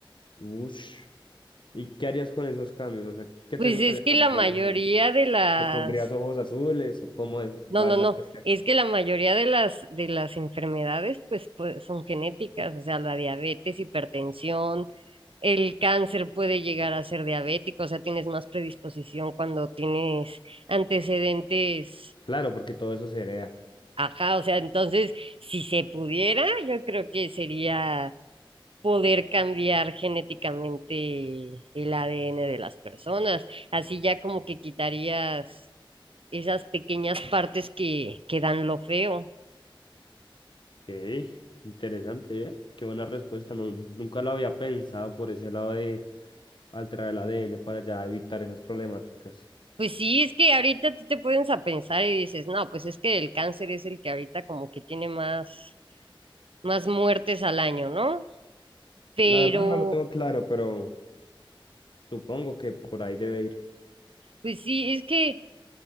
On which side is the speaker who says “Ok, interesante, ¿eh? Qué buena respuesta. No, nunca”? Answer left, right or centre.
Left